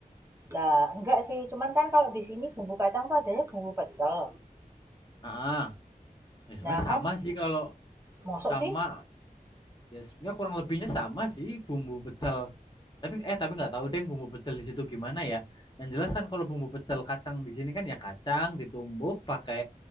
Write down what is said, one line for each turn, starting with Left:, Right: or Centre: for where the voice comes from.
Right: Lah, enggak sih. Cuman kan kalau di sini bumbu kacang tuh adanya bumbu pecel.
Left: Ah, ya sebenarnya
Right: Nah, kan
Left: sama sih kalau
Right: mosok
Left: sama
Right: sih?
Left: ya sebenarnya kurang lebihnya sama sih bumbu pecel tapi eh tapi nggak tahu deh bumbu pecel di situ gimana ya yang jelas kan kalau bumbu pecel kacang di sini kan ya kacang ditumbuk pakai